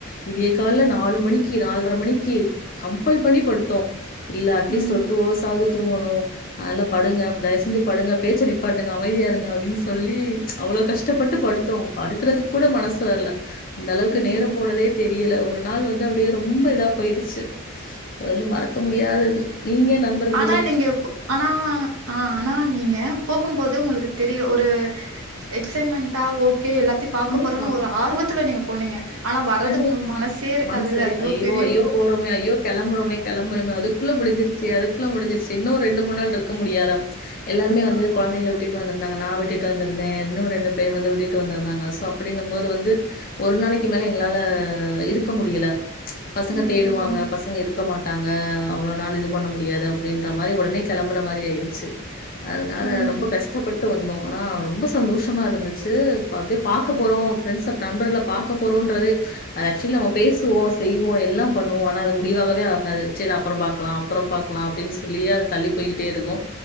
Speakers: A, on the left; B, on the right.
A: வீடிய கால்ல நாலு மணிக்கி நால்ர மணிக்கி கம்பல் பண்ணி படுத்தோம் இல்ல அட்லீ்ட்ஸ்டு
B: ம்
A: ஒரு டூ அவர்ஸ் ஆவது தூங்கணும் அதுனால படுங்க தயவு செஞ்சு படுங்க பேச்ச நிப்பாட்டுங்க அமைதியா இருங்க அப்டின்னு சொல்லி அவ்வளோ கஷ்டப்பட்டு படுத்தோ படுக்கறதுக் கூட மனசு வர்ல இந்த அளவுக்கு
B: ம்
A: நேரோ போனதேத் தெரியல ஒரு நாள் வந்து அப்டியே ரொம்ப இதா போயிருச்சு அ வந்து மறக்க முடியாதது நீங்க நண்பருக்
B: ஆ நீங்க போ ஆனா அ ஆனா நீங்க போகும்போது இது உங்களுக்கு தெரில ஒரு எக்ஸைன்மெண்டா ஓ கே எல்லாத்தையு பாக்கபோறேன்னு
A: கண்டிப்பா,
B: ஒரு ஆர்வத்துல நீங்க போனீங்க ஆனா வர்றதுக்கு
A: கண்டிப்பா
B: உங்களுக்கு மனசே இருக்காதுல்ல.
A: மனசு ஐயோ
B: பிரிய
A: ஐயோ போறோமே ஐயோ கிளம்புறோமே கிளம்புறோமே அதுக்குள்ள முடிஞ்சிருச்சோ அதுக் க்குள்ள முடிஞ்சிருச்சு இன்னு ஒரு ரெண்டு மூணு நாள்ருக்க முடியாதா எல்லாருமே வந்து
B: ஆ.
A: கொழந்தைங்கள விட்டுட் வந்திருந்தாங்க நான் விட்டுட்டு வந்திருந்தே இன்னு ரெண்டு பேரு வந்து விட்டுட்டு வந்திருந்தாங்க சோ அப்டின்னும் போது வந்து ஒரு நாளைக்கு மேல எங் எங்களால இருக்க முடியல ம்ச் பசங்க
B: ம்,
A: தேடுவாங்க
B: ம்,
A: பசங்க இருக்க மாட் தாங்க அவ்ளோ நாள் இது பண்ண முடியாது அப்டின்ற மாரி உடனே கெளம்புற மாரி ஆயிடுச்சு அதனால
B: ம்,
A: ரொம்ப கஷ்டப்பட் ட்டு வந்தோ ஆனா ரொம்ப சந்தோஷமா இருந்துச்சு ப் அப்டியே பாக்க போறோ ஃபிரண்ட்ஸ் <unintelligible> ண்பர்கள பாக்க போறோன் <unintelligible> அது ஆக்சுவலி நம்ம பேசுவோ செய்வோ எல்லாம் பண்ணுவோ ஆனா அது முடிவாகவே ஆகாது ச்செரி அப்றோ பாக்கலா, அப்றோ பாகக்கலா அப்டின்னு சொல்லியே அது தள்ளி போய்க்கிட்டே இருக்கு